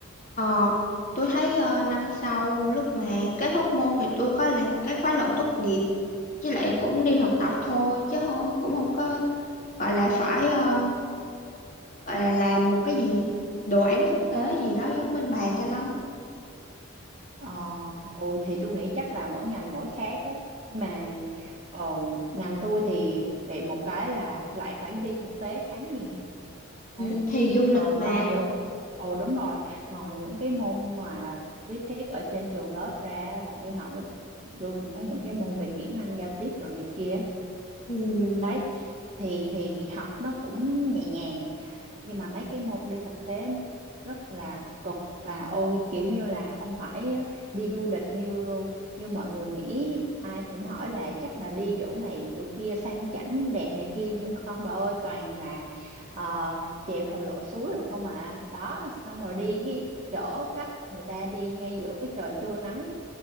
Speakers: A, on the left (about 40°); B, on the right (about 30°).
A: Ờ, tôi thấy ờ, năm sau lúc mà kết thúc môn thì tôi có làm cái khóa luận tốt nghiệp với lại cũng đi thực tập thôi chứ không cũng không có gọi là phải ờ, gọi là làm một cái gì đồ án thực tế gì đó giống bên bà cho lắm.
B: Ờ, ừ thì tôi nghĩ chắc là mỗi ngành mỗi khác á. Nhưng mà ờ, ngành tôi thì bị một cái là lại phải đi thực tế khá nhiều. Đấy.
A: Ừ, thì du lịch
B: Ờ,
A: mà
B: ngoài những Ồ đúng rồi, ngoài những cái môn mà lý thuyết ở trên trường lớp ra bọn tôi học á, tụi- tôi cũng có những cái môn về kỹ năng giao tiếp rồi này kia.
A: ừ,
B: Đấy. Thì thì học nó cũng nhẹ nhàng nhưng mà mấy cái môn đi thực tế rất là cực bà ơi kiểu như là không phải đi du lịch như như mọi người nghĩ ai cũng hỏi là chắc là đi chỗ này chỗ kia sang chảnh đẹp này kia nhưng không bà ơi toàn là ờ, chèo đồ lội suối rồi không à đó xong rồi đi cái chỗ khách người ta đi ngay giữa cái trời trưa nắng